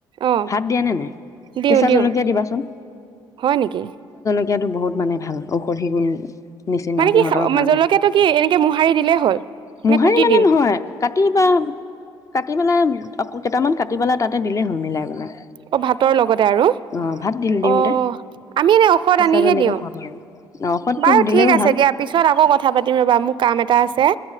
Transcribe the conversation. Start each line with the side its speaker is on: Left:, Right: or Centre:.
Right: অ
Left: ভাত দিয়া নে নাই
Right: দিওঁ
Left: কেঁচা
Right: দিওঁ
Left: জলকীয়া দিবাচোন
Right: হয় নেকি
Left: দয়াতো বহুত মানে ভাল ঔষধি গুণ নিচিনা
Right: মানে
Left: সিহঁতৰ
Right: কি
Left: কাৰণে
Right: জলকীয়াাতটো কি এনেকে মোহাৰি দিলেই হ'ল
Left: মোহাৰি
Right: নে কুটি
Left: মানে
Right: দিম
Left: নহয় কাটি বা কাটি পেলাই কেইটামান কাটি পেলাই তাতে দিলেই হ'ল মিলাই পেলাই।
Right: অ' ভাতৰ লগতে আৰু
Left: অ ভাত দি দিওঁতে
Right: অ' আমি এনে ঔষধ
Left: কেঁচা
Right: আনিহে
Left: জলকীয়া
Right: দিওঁ
Left: খুৱাব লাগে ঔষধটো
Right: বাৰু
Left: দিলেও
Right: ঠিক আছে
Left: ভাল
Right: দিয়া পিছত আকৌ কথা পাতিম ৰ'বা মোৰ কাম এটা আছে।